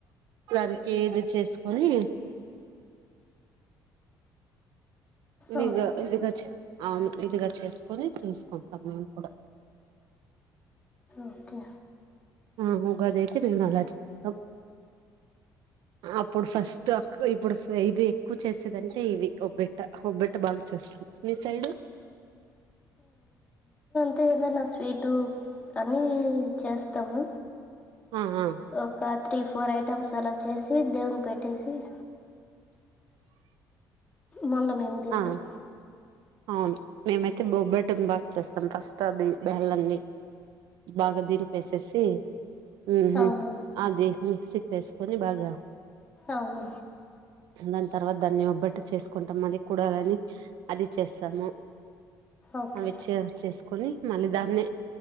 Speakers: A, on the right; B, on the left.
A: లారీకి ఇది చేస్కొని. ఇవిగా
B: అవును
A: ఇదిగా చే అవును ఇదిగా చేస్కొని తీస్కుంటాం మేమ్ కూడా.
B: ఓకే
A: ఆ ఉగాది అయితే మేము అలా చేస్తాం అప్పుడు ఫస్ట్ అకు ఇప్పుడు ఫేదీ ఎక్కువ చేసేదంటే ఇవి ఒబ్బిట్ట ఒబ్బిట్ట బాగా చేస్తాం మీ సైడు.
B: తే ఏమైనా స్వీటు అనీ చేస్తాము.
A: ఆ ఆ
B: ఒక త్రీ ఫోర్ ఐటమ్స్ అలా చేసి దేవుని పెట్టేసి వి మొండ మేం తింటాం
A: ఆ అవును మేమైతే బొబ్బేటం బాగా చేస్తాం ఫస్ట్ అది బేల్లంన్నీ బాగా దిల్పేసేసి. ఉ హు
B: అవును
A: అది మిక్సీ వేస్కొని బాగా
B: అవును
A: దాని తర్వాత దాన్ని ఒబ్బట్టు చేస్కుంటాం మళ్ళీ కుడాలని అది. చేస్తాము
B: ఓకే
A: అవిచ్చ చేస్కొని మళ్ళీ దాన్ని